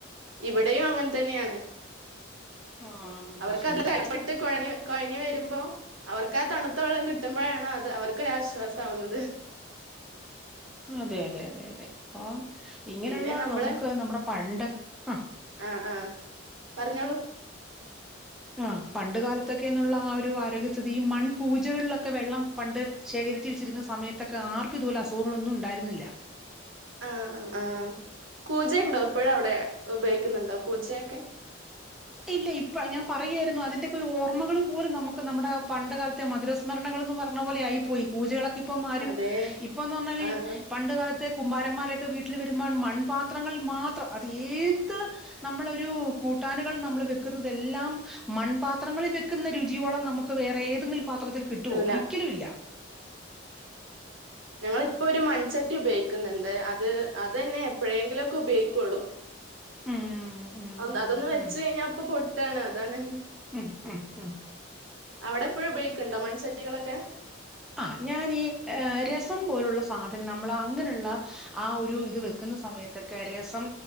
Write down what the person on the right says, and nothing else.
ഇവിടേയും അങ്ങനെ തന്നെയാണ്
അവർക്ക്
<unintelligible> കൊഴഞ്ഞു കൊഴഞ്ഞ് വരും ന്താ അവർക്ക് ആ തണുത്ത വെള്ളം കിട്ടുമ്പഴാണ് അത് അവർക്ക് ഒരു ആശ്വാസാവുന്നത് <unintelligible>
പിന്നെ നമ്മള്
ആഹ് ആഹ് പറഞ്ഞോളൂ
ആ ആ ആ കൂജ ഉണ്ടൊ ഇപ്പഴും അവിടെ ഉപയോഗിക്കുന്നുണ്ടോ കൂജേക്കെ
അതെ
ആഹ്
കിട്ടൂല
ഞങ്ങൾ ഇപ്പൊ ഒര് മൺചട്ടി ഉപയോഗിക്കുന്നുണ്ട് അത് അതെന്നെ എപ്പഴെങ്കിലൊക്കെ ഉപയോഗിക്കൊള്ളു
അന്
അതൊന്ന്
വെച്ച്
കഴിഞ്ഞ അപ്പൊ പൊട്ടാണ് അതാണ്
അവ്ടെ പ്പഴും ഉപയോഗിക്ക്ണ്ടോ മൺചട്ടികളൊക്കെ